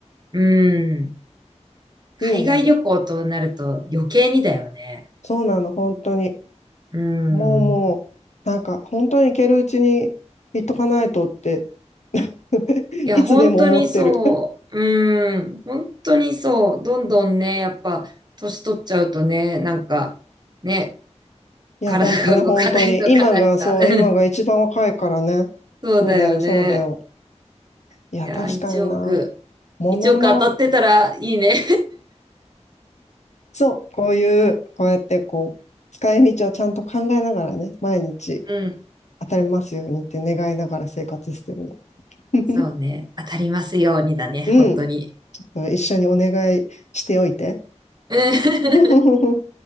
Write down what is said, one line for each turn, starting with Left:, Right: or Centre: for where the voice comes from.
Right: うん。
Left: いいね。
Right: 海外旅行となると余計にだよね。
Left: そうなの、本当に。
Right: うん。
Left: もうもう、なんか、本当に行けるうちに行っとかないとって、<laughs>
Right: いや、
Left: いつでも思ってる。
Right: 本当にそう。うーん、本当にそう。どんどんね、やっぱ、年取っちゃうとね、なんか、ね、
Left: いや、
Right: 体が動かないとか、
Left: 本当に本当に。今がそう、
Right: <laughs> なんか、うん
Left: 今が一番若いからね。
Right: そうだよね。
Left: そうだよ、そうだよ。いや、
Right: いや、
Left: 確かにな。
Right: 1億、
Left: モノマ
Right: 1億当たってたらいいね。
Left: そう、こういう、こうやってこう、使い道をちゃんと考えながらね、毎日
Right: うん、
Left: 当たりますようにって願いながら生活してるの。<laughs>
Right: そうね。当たりますようにだね、
Left: うん、
Right: 本当に。
Left: 一緒にお願いしておいて。
Right: うん
Left: <laughs>